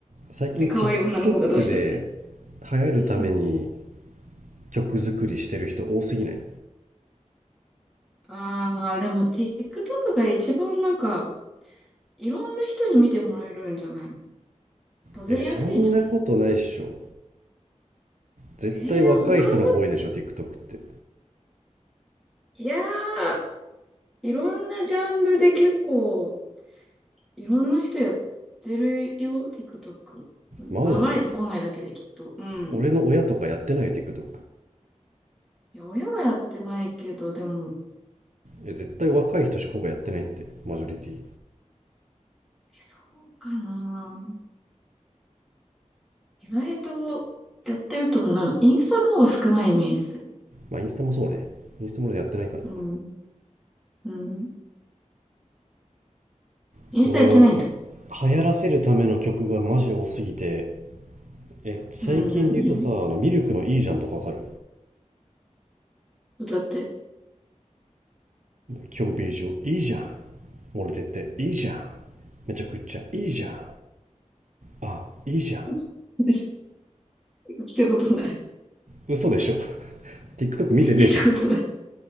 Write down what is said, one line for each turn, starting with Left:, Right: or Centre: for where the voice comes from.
Right: 最近
Centre: で、可愛い女の子がどうしたって。
Right: TikTok で流行るために
Centre: うん。
Right: 曲作りしてる人多すぎない
Centre: ああ、まあでも TikTok が一番なんか、いろんな人に見てもらえるんじゃないのバズりやすいんじゃない
Right: え、そんなことないっしょ。絶対若い人の方が多いでしょ、
Centre: えー、でも他の、
Right: TikTok って。
Centre: いやー、いろんなジャンルで結構、いろんな人やってるよ、TikTok。流れてこないだけできっと。
Right: マジ
Centre: うん。
Right: 俺の親とかやってないよ、TikTok。
Centre: いや、親はやってないけど、でも、
Right: え、絶対若い人しかほぼやってないって、マジョリティ。
Centre: え、そうかな。意外とやってると思う。なんかインスタの方が少ないイメージする。
Right: まあ、インスタもそうね。インスタも俺やってないからな。
Centre: うん。うん。インスタやってないんだ。
Right: そう、なんか、流行らせるための曲がマジ多すぎて、え、最近で言うとさ、
Centre: うんうんうん。
Right: あのミルクのいいじゃんとかわかる
Centre: 歌って。
Right: 今日ビージュいいじゃん。漏れてっていいじゃん。めちゃくちゃいいじゃん。あ、いいじゃん。
Centre: <laughs> 聞たことない。
Right: 嘘でしょ。<laughs> TikTok 見てねえじゃん。
Centre: 聞いたことない。